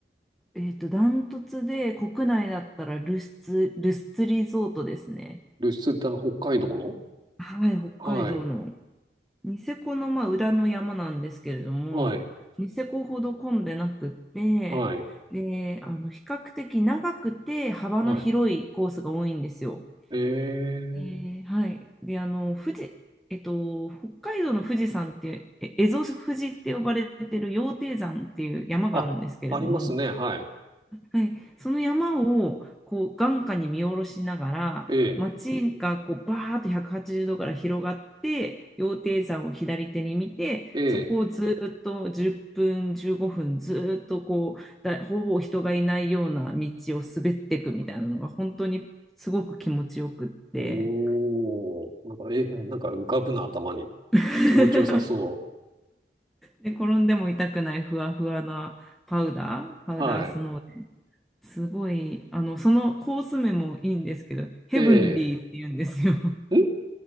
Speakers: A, in the centre; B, on the right (about 25°).
A: えっと、ダントツで国内だったらルスツ、ルスツリゾートですね。
B: ルスってあの、北海道の
A: はい、
B: はい。
A: 北海道のニセコのまあ裏の山なんですけれども、
B: はい。
A: ニセコほど混んでなくって、
B: はい。
A: で、あの比較的長くて幅の広いコースが多いんですよ。
B: はい。ええ
A: えーはい。で、あの、富士、えっと、北海道の富士山って、え蝦夷富士って呼ばれてる羊蹄山っていう山があるんですけれども、
B: あ、ありますね。はい。
A: はい、その山をこう眼下に見下ろしながら街がこうバーッと180度から広がって羊蹄山を左手に見てそこをずーっと10分15分ずーっとこうだほぼ人がいないような道を滑っていくみたいなのが本当にすごく気持ちよくって
B: ええええおー。なんか、え、なんか浮かぶな、頭に。
A: <laughs>
B: 気持ちよさそ
A: で転んでも痛くないふわふわなパウダーパウダースノー
B: う。はい。
A: すごい、あの、そのコース名もいいんですけど、ヘブンリーって言うんですよ。
B: ええん